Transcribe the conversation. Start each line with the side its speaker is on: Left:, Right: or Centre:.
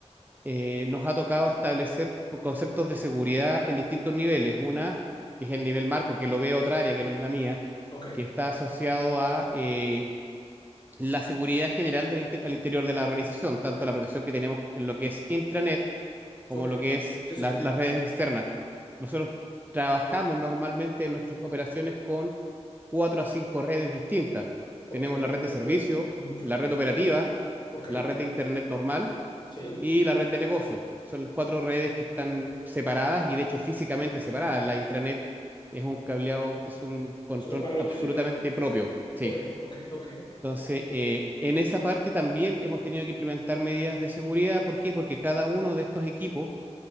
Right: eh, nos ha tocado establecer conceptos de seguridad en distintos niveles. Una, que es el nivel marco, que lo ve otra área que no es la mía,
Left: Ok.
Right: que está asociado a eh, la seguridad general del inter- al interior de la organización, tanto la protección que tenemos en lo que es intranet como
Left: Ok.
Right: lo que es
Left: Sí,
Right: la-
Left: sí.
Right: las redes externas. Nosotros trabajamos normalmente en nuestras operaciones con cuatro a cinco redes distintas. Tenemos
Left: Ok.
Right: la red de
Left: Son
Right: servicio,
Left: muchos, son muchos.
Right: la red operativa,
Left: Ok.
Right: la red de internet normal
Left: Sí.
Right: y la red de negocios. Son cuatro redes que están separadas y de hecho físicamente separadas. La intranet es un cableado, es un control
Left: Solo para los
Right: absolutamente
Left: que... lo-
Right: propio.
Left: Ok.
Right: Sí.
Left: Ok, ok, ok.
Right: Entonces, eh, en esa parte también hemos tenido que implementar medidas de seguridad. ¿Por qué? Porque cada uno de estos equipos,